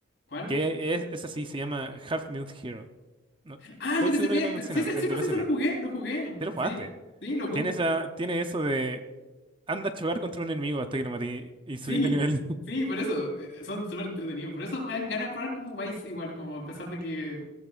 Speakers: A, on the left; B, on the right.
A: ¿Cuál?
B: que es, es así, se llama Half Minute Hero. No,
A: Ah,
B: estoy
A: el de PSP.
B: seguro que lo he mencionado,
A: Sí, ese-
B: el
A: sí, pues
B: de PSP.
A: sí, se lo jugué, lo jugué.
B: Te lo jugaste.
A: Sí. Sí, lo jugué,
B: Tiene, esa, tiene eso de anda a chocar contra un enemigo hasta que lo maté y subí
A: Sí,
B: de nivel. <laughs>
A: sí, por eso, eh, son súper entretenidos. Por eso me dan ganas de probar como Wise igual, como a pesar de que...